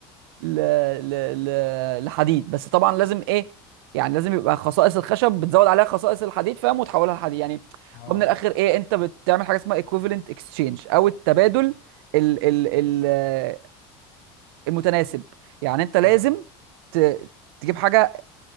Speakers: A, on the right; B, on the left.
A: ل... ل... ل... لحديد بس طبعا لازم ايه يعني لازم يبقى خصائص الخشب بتزود عليها خصائص الحديد فاهم وتحولها لحديد يعني
B: اه
A: ومن الاخر ايه انت بتعمل حاجه اسمها equivalent exchange او التبادل
B: آه.
A: ال ال ال المتناسب يعني انت لازم
B: تمام
A: ت... تجيب حاجه